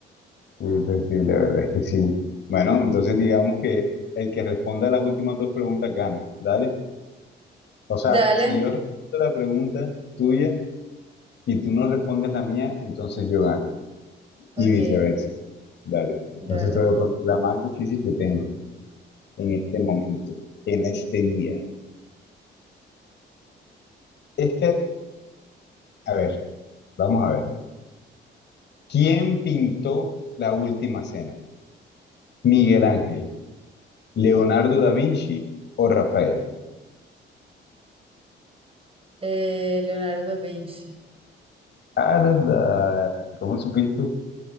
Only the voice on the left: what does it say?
pues sí, la verdad es que sí. Bueno, entonces digamos que el que responda a las últimas dos preguntas gana, ¿dale? O sea,
si yo respondo la pregunta tuya, y tú no respondes la mía, entonces yo gano.
Y viceversa. Dale.
Entonces te voy a poner la más difícil que tengo en este momento, en este día. Este, a ver, vamos a ver. ¿Quién pintó la última cena? ¿Miguel Ángel, Leonardo da Vinci o Rafael?
Arda, ¿cómo supiste?